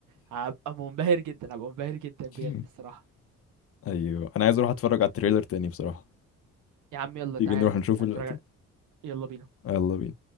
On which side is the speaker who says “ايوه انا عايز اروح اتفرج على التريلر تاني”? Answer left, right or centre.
Left